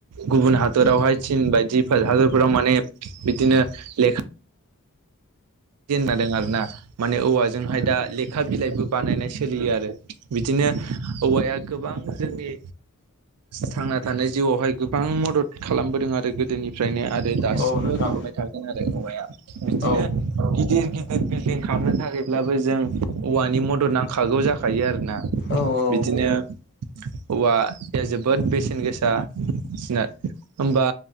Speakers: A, on the right; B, on the left.
A: गुबुन हादरावहाय चिन बायदि फोर हादरफोराव माने बिदिनो लेखा जेंना दं आरोना माने औवाजोंहाय दा लेखा बिलाइबो बानायनाय सोलियो आरो बिदिनो औवाया गोबां जोंनि थांना थानाय जिउआवहाय गोबां मदद खालामबोदों आरो गोदोनिफ्रायनो आरो दासिमबो
B: औ नोंथां
A: खालामबाय थागोन आरो औवाया बिदिनो
B: औ
A: गिदिर गिदिर बिल्डिं खालामनो थाखायब्लाबो जों औवानि मदद नांखागौ जाखागौ‌ जाखायो आरो ना।
B: औ
A: बिदिनो औवा या जोबोद बेसेन गोसा इसना होमबा